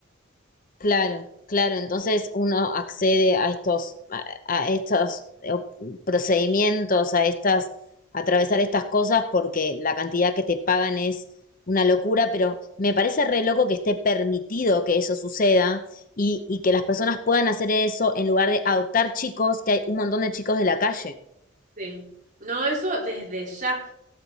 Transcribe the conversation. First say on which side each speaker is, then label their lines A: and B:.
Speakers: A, on the left; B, on the right.
A: Claro, claro. Entonces uno accede a estos, a, a estos eh, procedimientos, a estas, a atravesar estas cosas porque la cantidad que te pagan es una locura, pero me parece re loco que esté permitido que eso suceda y, y que las personas puedan hacer eso en lugar de adoptar chicos, que hay un montón de chicos de la calle.
B: Sí. No, eso desde ya.